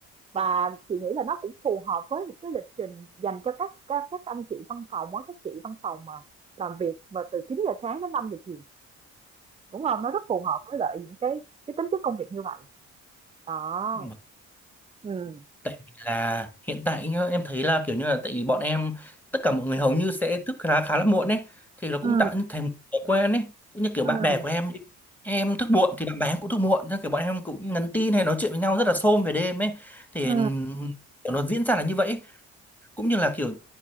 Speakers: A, on the right; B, in the centre.
A: và chị nghĩ là nó cũng phù hợp với những cái lịch trình dành cho các các các anh chị văn phòng á các chị văn phòng mà làm việc mà từ 9 giờ sáng đến năm giờ chiều đúng không nó rất phù hợp với lại những cái cái tính chất công việc như vậy đó
B: Bởi
A: ừ
B: vì là hiện tại nhá, em thấy là kiểu như là tại vì bọn em tất cả mọi người hầu như sẽ thức khá khá là muộn ấy thì nó cũng
A: ừ
B: tạo thành một thói quen ấy cũng như kiểu
A: ừ
B: bạn bè của em đi em thức muộn thì bạn bè em cũng thức muộn thế kiểu bọn em cũng nhắn tin hay nói chuyện với nhau rất là xôm về đêm ấy thì
A: ừ
B: kiểu nó diễn ra là như vậy ấy. cũng như là kiểu